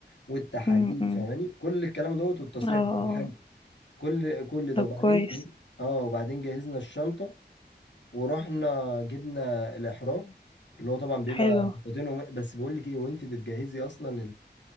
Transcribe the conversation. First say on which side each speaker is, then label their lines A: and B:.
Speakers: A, on the left (about 85°); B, on the left (about 30°).
A: والتحاليل
B: امم أمم.
A: فاهماني كل الكلام دوت والتصريح
B: اه آه. آه.
A: بتاع الحاج كل كل ده
B: طب
A: وبعدين
B: كويس
A: جه- اه وبعدين جهزنا الشنطه ورحنا جبنا الاحرام اللي هو طبعا بيبقى
B: حلو
A: خطوتين وم- بس بقول لك ايه وانت بتجهزي اصلا